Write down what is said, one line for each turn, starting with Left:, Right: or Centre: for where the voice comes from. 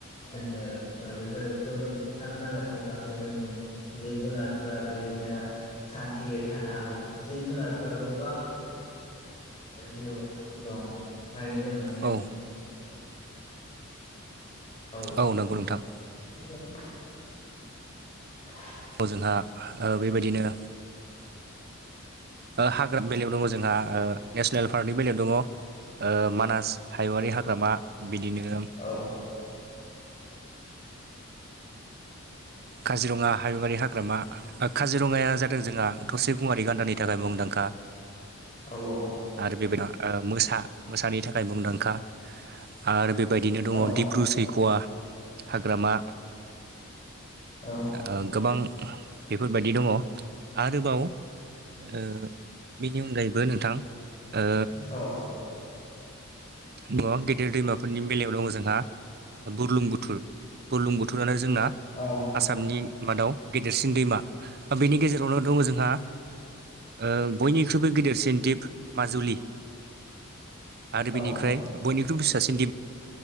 Left: जोङो बेफोरखौ जों होबथानो नांगोन अब्लासो जोंनि जिब जुनारफ्रा बेबायदिनो सान्तियै थानो हागोन जिब जुनारफ्राबो गोबां जिउ दं ओंखायनो जों माने
Right: औ
Left: औ
Right: औ नंगौ नोंथां
Left: <unintelligible> <unintelligible>
Right: जोंहा ओ बेबायदिनो ओ हाग्रामानि बेलायाव दङ जोंहा ओ नेसनेल पार्कनि बेलायाव दङ मानास हायुआारि हाग्रामा बिदिनो
Left: औ
Right: काजिरङा हयुंवारि हाग्रामा ओ काजिरङाया जादों जोंहा थसे गंयारि गान्दानि थाखाय मुंदांखा।
Left: औ औ
Right: आरो बेबायदिनो मोसा मोसानि थाखाय मुंदांखा। आरो बेबायदिनो दङ
Left: औ
Right: डिब्रु सैख'वा हाग्रामा।
Left: औ
Right: ओ गोबां बेफोरबायदि दङ आरोबाव ओ बेनि अनगायैबो नोंथां ओ
Left: औ
Right: दङ गेदेर दैमाफोरनि बेलायाव दङ जोंहा बुरलुंबुथुर बुरलुंबुथुर रानै जोंना
Left: औ
Right: आसामनि मादाव गेदेरसिन दैमा। बेनि गेजेरावनो दङ जोंहा ओ बयनिख्रुइबो गिदिरसिन दिप माजुलि आरो
Left: औ
Right: बिनि बयनिख्रुइबो फिसासिन दिप